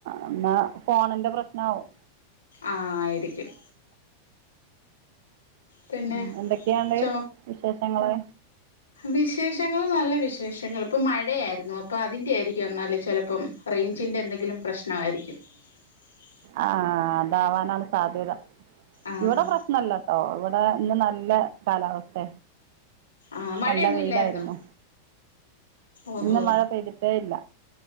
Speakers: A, on the right; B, on the left.
A: എന്നാ ഫോണിന്റെ പ്രശ്നമാവും
B: ആ ആയിരിക്കും പിന്നെ
A: ഉം എന്തൊക്കെയാണ്ട്
B: ച
A: വിശേഷങ്ങള്
B: വിശേഷങ്ങൾ നല്ല വിശ വി ശേഷങ്ങിപ്പ മഴയായിരുന്നു അപ്പ അതിന്റെ ആയിരിക്കും എന്നാലല് ചിലപ്പം റേഞ്ചിറെ എന്തെങ്കിലും പ്രശ്നമായിരിക്കും. <unintelligible>
A: ആഹ അതാവാനാണ് സാധ്യത
B: ആഹ്
A: ഇവിടെ പ്രശ്നല്ലട്ടോ ഇവിടെ ഇന്ന് നല്ല കാലാവസ്ഥ.
B: ആഹ് മഴയൊന്നും
A: നല്ല വെയിലായിരുന്നു.
B: ഇല്ലായിരുന്നോ ഓഹോ
A: ഇന്ന് മഴ പെയ്തിട്ടേ ഇല്ല.